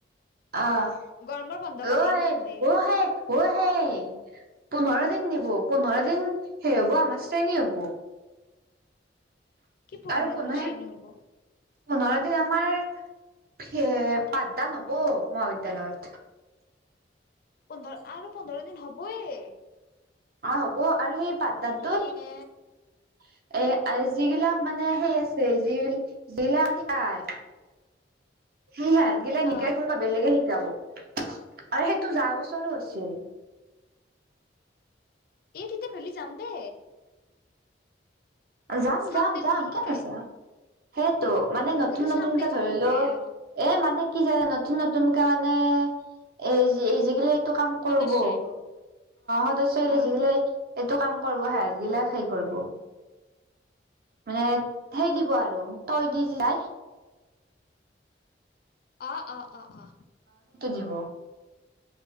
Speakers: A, on the right (about 55°); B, on the left (about 55°).
A: আহ
B: গৰমৰ বন্ধ বা
A: অ'হে,
B: দেই নে নেদে
A: অ' হে, অ' হে পোন্ধৰ দিন নিব পোন্ধৰ দিন সেই হব আমাৰ শ্ৰেণী হ'ব।
B: কি পোন্ধৰ
A: আৰু পনে
B: দিন শ্ৰেণী হ'ব
A: পোন্ধৰ দিন আমাৰ এ পাঠদান হব মহাবিদ্যয়ালয়ত।
B: পোন্ধৰ আৰু পোন্ধৰ দিন হবয়ে?
A: অ হ'ব আৰু সেই পাঠদানটোত
B: এ
A: এ যিগিলাক মানে সেই আছে জি জিলা হিয়াই সে হাত গিলে নিকাই
B: অ
A: কোনোবা বেলেগে শিকাব আৰু সেইটো যা বছৰো আ হৈছিল।
B: এই তেতিয়া মিলি যাম দে।
A: যাম
B: চাম
A: যাম
B: দে
A: যাম
B: কোনে শিকাই
A: কিয় নাজাম। সেইটো মানে নতুন
B: মোলো
A: নতুনকে
B: চাম দে কোনে
A: ধৰিলো,
B: শিকাই অ
A: এ মানে কি যায় নতুন নতুনকে মানে, এই এই যিগিলা এইটো কাম
B: সদস্য
A: কৰব,
B: আহিব
A: সদস্য
B: অ
A: যিগিলা- এইটো কাম কৰিব হাহল গিলাক সেই কৰিব। মানে সেই দিব আৰু তই দি যাই।
B: অ অ অ অ।
A: দিব।